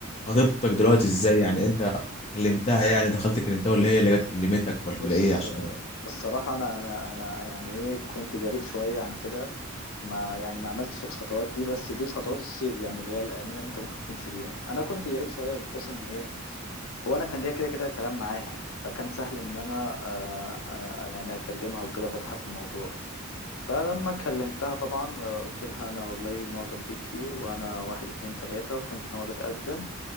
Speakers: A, on the left; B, on the left.
A: خطيبتك دلوقتي ازاي يعني انت كلمتها يعني دخلت كلمتها ولا هي اللي جت كلمتك
B: بص
A: ولا ايه عشان
B: الصراحة أنا أنا أنا يعني إيه كنت جريء شوية عن كده ما يعني ما عملتش الخطوات دي بس دي الخطوات السيف يعني اللي هي الآمنة اللي أنت ممكن تمشي بيها أنا كنت جريء شوية بحيث إن إيه هو أنا كان ليا كده كده كلام معاها فكان سهل إن أنا آه آه يعني أكلمها وكده فتحها في الموضوع فلما كلمتها طبعا آه، قلت لها أنا والله معجب بيكي وأنا واحد اتنين تلاتة وكنت ناوي أجي أتقدم